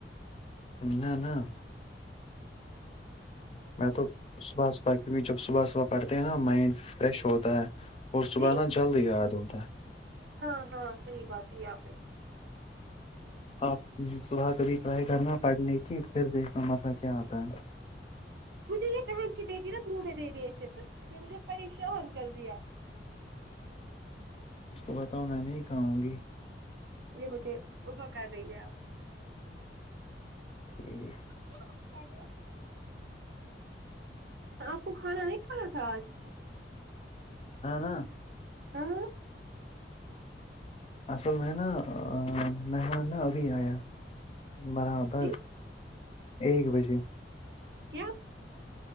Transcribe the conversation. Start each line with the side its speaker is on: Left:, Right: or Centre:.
Left: نہ نہ میں تو صبح صبح کیونکہ جب صبح صبح پڑھتے ہیں نا مائنڈ فریش ہوتا ہے اور صبح
Right: جی
Left: نا جلد یاد ہوتا ہے
Right: ہاں ہاں صحیح بات ہے آپ نے
Left: آپ صبح کبھی ٹرائی کرنا پڑھنے کی پھر دیکھنا مزہ کیا آتا ہے
Right: مجھے یہ پہن کی دیتیھی نا منہ میں دے رہی ہے اچے بس اس نے مجھے پریشان کر دیا
Left: اس کو بتاؤ میں نہیں کاؤں گی
Right: یہ مجھے ابا کر رہی ہے آپ
Left: جی
Right: کیا بتا رہے آپ کو کھانا نہیں کھانا تھا آج
Left: نہ نہ
Right: ہاں
Left: اصل میں نا مہمان ناں ابھی آیا برابر
Right: جی
Left: ایک بجے
Right: کیا